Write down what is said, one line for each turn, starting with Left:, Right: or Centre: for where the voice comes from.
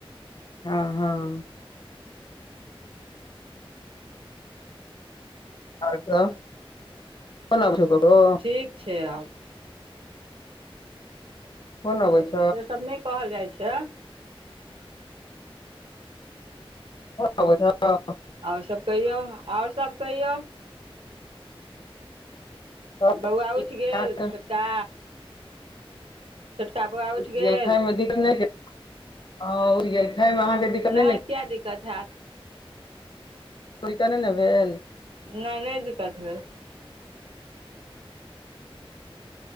Left: हँ हँ और सब कोना छै <unintelligible>
Right: ठीक छै आब
Left: फोन अबै छै
Right: से सभ नहि कहल जाइ छै
Left: <unintelligible>
Right: और सभ कहियौ और सभ कहियौ
Left: सब
Right: बौआ
Left: ठीक
Right: उठ गेल
Left: ठाक।
Right: छोटका छोटका बौआ
Left: <unintelligible>
Right: उठि गेल नै
Left: ने
Right: किया दिक्कत हैत।
Left: दिक्कत नै न भेल?
Right: नै नै दिक्कत भेल।